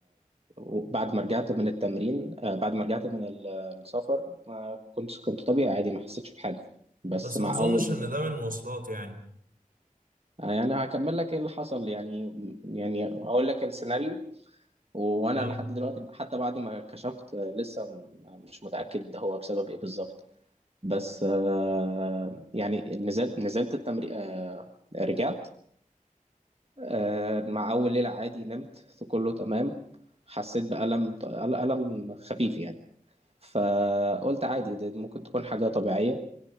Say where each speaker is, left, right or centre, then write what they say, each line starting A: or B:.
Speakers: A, on the right; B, on the right.
A: وبعد ما رجعت من التمرين آه، بعد ما رجعت من ال- السفر ما كنت كنت طبيعي عادي ما حسيتش بحاجة بس
B: بس
A: مع
B: ما اظنش
A: أول
B: ان ده من المواصلات يعني
A: آه، أنا هكمل لك إيه اللي حصل يعني يعني أقول لك السيناريو وأنا
B: فاهم
A: لحد دلوقتي حتى بعد ما كشفت آه، لسه م- مش متأكد ده هو بسبب إيه بالظبط بس آه يعني نزلت نزلت التمرين آه رجعت آه مع أول ليلة عادي نمت في كله تمام حسيت بألم ط- ألم خفيف يعني فقلت عادي ده ممكن تكون حاجة طبيعية